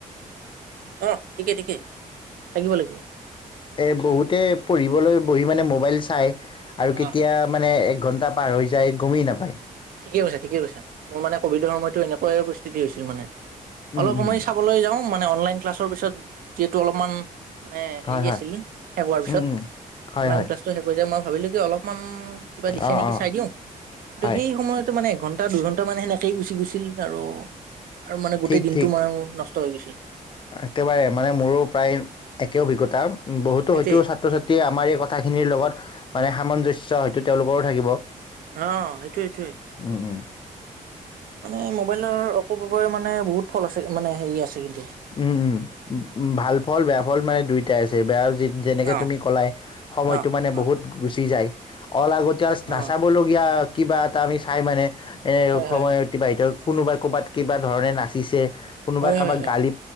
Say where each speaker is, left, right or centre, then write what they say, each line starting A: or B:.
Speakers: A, on the right (about 85°); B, on the left (about 35°).
A: অ ঠিকে ঠিকে থাকিব লাগিব।
B: এই বহুতে পঢ়িবলৈ বহি মানে মোবাইল চায়, আৰু
A: অ
B: কেতিয়া মানে এক ঘণ্টাত পাৰ হৈ যায় গমেই নাপায়।
A: ঠিকে কৈছে ঠিক কৈছে মোৰ মানে কভিড সময়তো এনেকুৱাই স্থিতি হৈছিল মানে
B: উম
A: অলপ
B: উম
A: সময় চাবলৈ যাওঁ মানে মে অনলাইন ক্লাছৰ পিছত যিহেতু অলপমান মানে হেৰি
B: হয় হয়
A: আছিল শেষ হোৱাৰ পিছত
B: উম উম হয়
A: অনলাইন
B: হয়
A: ক্লাছটো শেষ যাই মই ভাবিলো কি অলপ অমান কিবা দিছে
B: অঁ
A: নেকি
B: অঁ
A: চাই দিও কিন্তু
B: হয়
A: সেই সময়তো মানে এঘন এটা দুইঘণ্টা মানে সেনেকেই গুচি গৈছিল বাৰু আৰু মানে গোটেই
B: ঠিক
A: দিনটো
B: ঠিক
A: মানে নষ্ট হৈ গৈছে
B: একেবাৰে মানে মোৰো প্ৰায় একে অভিজ্ঞতা বহুতো
A: সেইটোৱে
B: হয়তো ছাত্ৰ ছাত্ৰী আমাৰ এই কথা খিনিৰ লগত মানে সামঞ্জস্য হয়তো তেওঁলোকৰো থাকিব
A: অ সেইটোৱে সেইটোয়ে
B: উম উম
A: মানে মোবাইলৰ অপপ্ৰৱ মানে বহুত ফল আছে মানে হেৰি আছিল
B: উম উম উম ভাল ফল বেয়া ফল মানে দুয়োটাই আছে বেয়া যেনেকে
A: অ
B: তুমি কলাই সময়তটো
A: অ
B: মানে
A: অ
B: বহুত গুচি যায় অ লাগতীয়া নাচাবলগীয়া
A: অ
B: কিবা এটা আমি চাই মানে এনে
A: হয়
B: সময়
A: হয় হয়
B: অতিবাহিত কোনোবাই ক'ৰবাত কিবা ধৰণে নাচিছে কোনোবাই
A: হয় হয়
B: কাৰোবাক
A: হয়
B: গালি